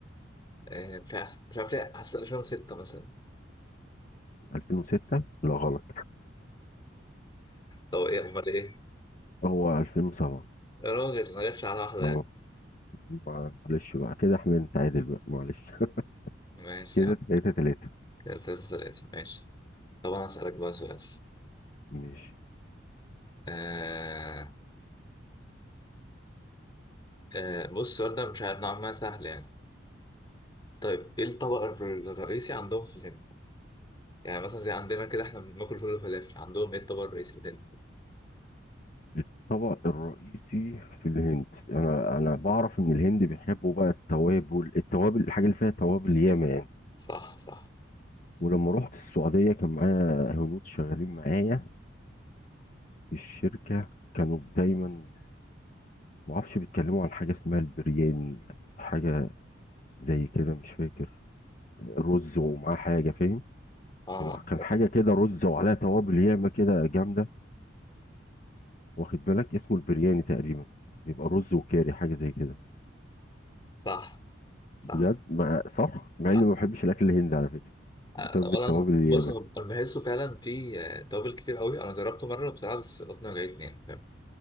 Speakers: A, on the left; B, on the left.
A: آه مش عارف مش عارف ليه حاسس 2006 مثلا
B: 2006 لا غلط
A: طب ايه امال ايه؟
B: هو 2007
A: يا راجل ما جاتش على واحدة
B: اه
A: يعني
B: معلش بقى كده احنا نتعادل بقى معلش
A: ماشي
B: <laughs> كده
A: يا عم
B: تلاتة تلاتة
A: كده تلاتة تلاتة ماشي طب أنا هسألك بقى سؤال
B: ماشي
A: آه آه بص السؤال ده مش عارف نوعا ما سهل يعني طيب إيه الطبق الر- الرئيسي عندهم في الهند؟ يعني مثلا زي عندنا كده إحنا بناكل فول وفلافل عندهم إيه الطبق الرئيسي في الهند؟
B: الطبق الرئيسي في الهند انا انا بعرف ان الهند بيحبوا بقى التوابل التوابل الحاجه اللي فيها توابل ياما يعني
A: صح صح
B: ولما رحت السعوديه كان معايا هنود شغالين معايا في الشركه كانوا دايما ما اعرفش بيتكلموا عن حاجه اسمها البرياني حاجه زي كده مش فاكر رز ومعاه حاجه فاهم
A: آه
B: هو كان حاجه كده رز وعليها توابل ياما كده جامده واخد بالك اسمه البرياني تقريبا بيبقى رز وكاري حاجه زي كده
A: صح صح
B: بجد مع صح مع
A: صح
B: اني ما بحبش الاكل الهندي على فكره
A: آه
B: بسبب
A: ولا
B: التوابل
A: أنا
B: الياما
A: بص أنا بحسه فعلا في آه، توابل كتير قوي أنا جربته مرة بصراحة بس بطني وجعتني يعني فاهم